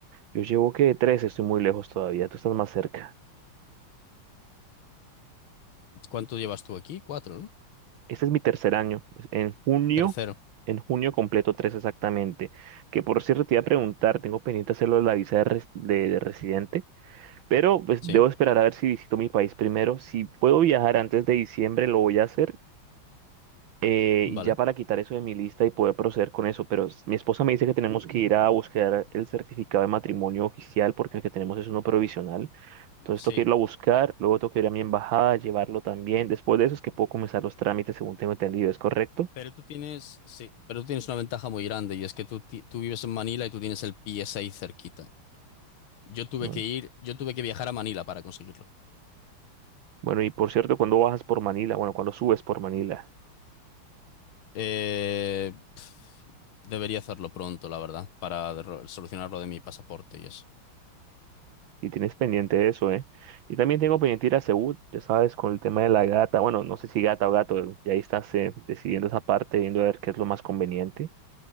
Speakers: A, on the right; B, on the left.
A: Yo llevo que tres, estoy muy lejos todavía. Tú estás más cerca.
B: ¿Cuánto llevas tú aquí? Cuatro, ¿no?
A: Este es mi tercer año. Es- En junio,
B: Tercero.
A: en junio completo tres exactamente. Que por cierto, te iba a preguntar, tengo pendiente hacerlo de la visa de, res- de- de residente, pero pues
B: Sí,
A: debo esperar a ver si visito mi país primero. Si puedo viajar antes de diciembre, lo voy a hacer. Eh,
B: vale.
A: y ya para quitar eso de mi lista y poder proceder con eso, pero s- mi esposa me dice que tenemos que ir a buscar el certificado de matrimonio oficial porque el que tenemos es uno provisional. Entonces
B: Sí,
A: tengo que irlo a buscar, luego tengo que ir a mi embajada, llevarlo también. Después de eso es que puedo comenzar los trámites, según tengo entendido, ¿es correcto?
B: Pero tú tienes, sí, pero tú tienes una ventaja muy grande y es que tú, ti- tú vives en Manila y tú tienes el PSA ahí cerquita. Yo tuve
A: Mm.
B: que ir, yo tuve que viajar a Manila para conseguirlo.
A: Bueno, y por cierto, cuando bajas por Manila, bueno, cuando subes por Manila,
B: Eh, pf, debería hacerlo pronto, la verdad, para ro- solucionar lo de mi pasaporte y eso.
A: y tienes pendiente eso, ¿eh? Y también tengo pendiente ir a Seúl, ya sabes, con el tema de la gata, bueno, no sé si gata o gato, y ahí estás eh, decidiendo esa parte, viendo a ver qué es lo más conveniente.